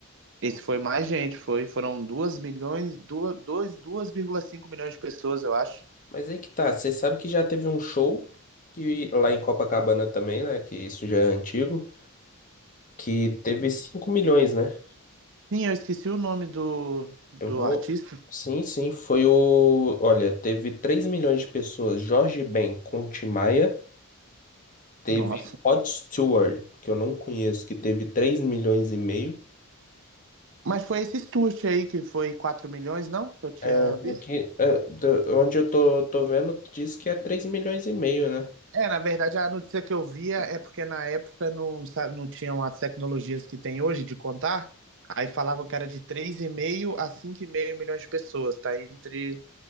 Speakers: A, on the right; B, on the left.
A: Esse foi mais gente, foi, foram 2 milhões, 2, vírgula cinco milhões de pessoas, eu acho.
B: Mas aí que tá, você sabe que já teve um show que lá em Copacabana também, né? Que isso já é antigo, que teve 5 milhões, né?
A: Sim, eu esqueci o nome do, do
B: Eu vou.
A: artista.
B: Sim, sim, foi o. Olha, teve 3 milhões de pessoas. Jorge Ben com Tim Maia. Teve
A: Nossa.
B: Rod Stewart, que eu não conheço, que teve 3 milhões e meio.
A: Mas foi esse Stuart aí que foi 4 milhões, não? Que eu tinha
B: É,
A: visto.
B: aqui, é, da- onde eu tô, tô vendo, diz que é 3 milhões e meio, né?
A: É, na verdade, a notícia que eu via é porque na época não, sa- não tinham as tecnologias que tem hoje de contar. Aí falavam que era de 3,5 a 5,5 milhões de pessoas, tá entre.